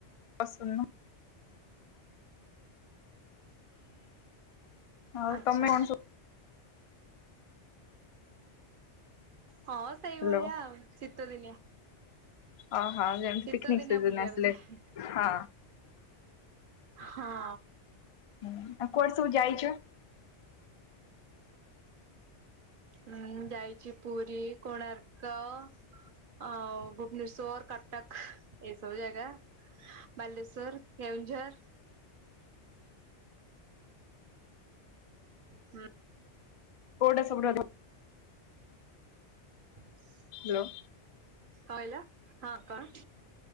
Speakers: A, on the left (about 65°); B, on the right (about 55°).
A: ପାସନ୍ଦନୁହଁ। ଆଉ
B: ଆଚ୍ଛା
A: ତମେ କଣ ସବୁ
B: ହଁ ସେଇଭଳିଆ
A: ହାଲୋ
B: ଶୀତ ଦିନିଆ।
A: ଓହୋ ଯେମିତି
B: ଶୀତ
A: ପିକନିକ
B: ଦିନିଆ
A: ସିଜନ
B: ବୁଲିବାକୁ
A: ଆସିଲେ
B: ଯାଏ।
A: ହଁ
B: ହଁ।
A: ଆଉ କୁଆଡେ ସବୁ ଯାଇଛ?
B: ମୁଁ ଯାଇଛି ପୁରୀ କୋଣାର୍କ। ଆଉ ଭୁବନେଶ୍ୱଵର କଟକ ଏ ସବୁ ଜାଗା ବାଲେଶ୍ଵର କେଉଁଝର। ହୁଁ।
A: କୋଉଟା <unintelligible>
B: <unintelligible>
A: ହ୍ୟାଲୋ।
B: କଣ କହିଲ? ହଁ କଣ?